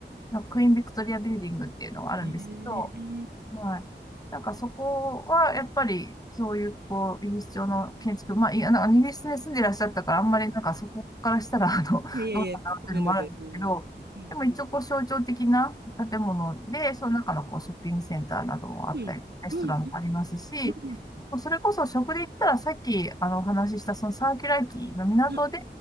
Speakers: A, on the left; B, on the right.
A: なんかクイーンビクトリアビルディングっていうのがあるんですけど、
B: へえ、うん。
A: はい。なんかそこは、やっぱり、そういう、こう、イギリス調の建築、まあ、いや、なんかイギリスに住んでいらっしゃったから、あんまりなんかそこからしたら、あの、
B: いやいやいや、
A: どうかなっていうのもあるんですけど、
B: 好きなので、うん。うん、
A: でも一応、こう、象徴的な建物で、その中の、こう、ショッピングセンターなどもあったり、
B: うん、
A: レストランもありますし、
B: うん、うん、う
A: それこそ食で言ったらさっきあのお話ししたそのサーキュラーキーの港で、
B: ん、あ、